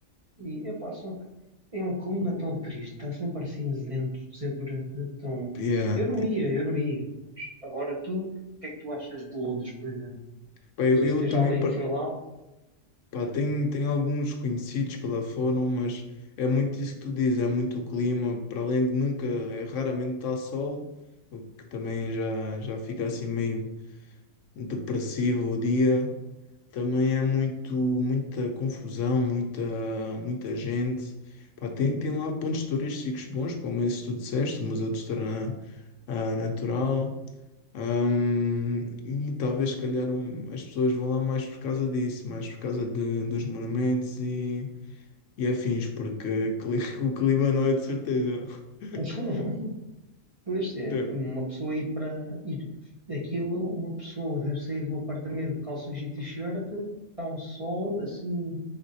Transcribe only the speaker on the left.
Yeah,
yeah.
Pá, eu,
eu
também.
Pá, tem, tem alguns conhecidos que lá foram, mas é muito isso que tu dizes, é muito o clima, para além de nunca, é, raramente está sol, o que também já, já fica assim meio depressivo o dia, também é muito, muita confusão, muita, muita gente. Pá, tem, tem lá pontos turísticos bons, como esses que tu disseste, o Museu de História Na- ah, Natural. Ahm, e talvez, se calhar, um- as pessoas vão lá mais por causa disso, mais por causa de- dos monumentos e, e afins, porque cli- <laughs> o clima não é de certeza. <laughs>
De-